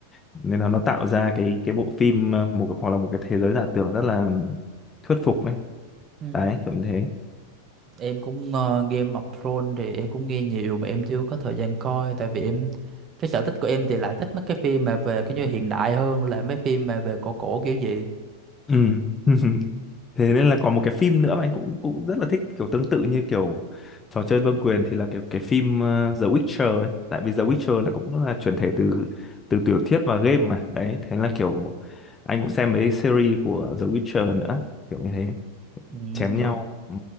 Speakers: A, on the left; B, on the right.
A: nên là nó tạo ra cái cái bộ phim ờ, một hoặc là một cái thế giới giả tưởng rất là thuyết phục ấy
B: Ừ.
A: đấy kiểu như thế
B: Em cũng ờ, Game of Thrones thì em cũng nghe nhiều mà em chưa có thời gian coi tại vì em cái sở thích của em thì lại thích mấy cái phim mà về cái như hiện đại hơn là mấy phim mà về cổ cổ kiểu gì.
A: ừ <laughs> thế nên là còn một cái phim nữa mà anh cũng cũng rất là thích kiểu tương tự như kiểu trò chơi vương quyền thì là cái cái phim ờ, The Witcher ấy tại vì The Witcher là cũng là chuyển thể từ từ tiểu thuyết và game mà đấy thế là kiểu anh cũng xem mấy series của The Witcher nữa kiểu như thế
B: Ừ.
A: chém
B: được.
A: nhau ừ.